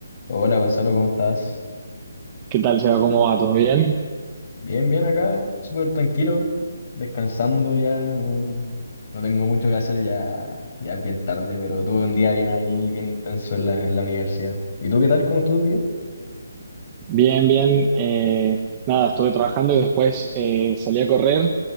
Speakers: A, on the left; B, on the right.
A: Hola Gonzalo, ¿cómo estás?
B: ¿Qué tal, Seba? ¿Cómo va? ¿Todo bien?
A: Bien, bien acá, súper tranquilo, descansando ya, no, no tengo mucho que hacer, ya, ya es bien tarde, pero tuve un día bien ahí, bien intenso en la, en la universidad. ¿Y tú qué tal? ¿Cómo estuvo tu día?
B: Bien, bien. Eh, nada, estuve trabajando y después eh, salí a correr,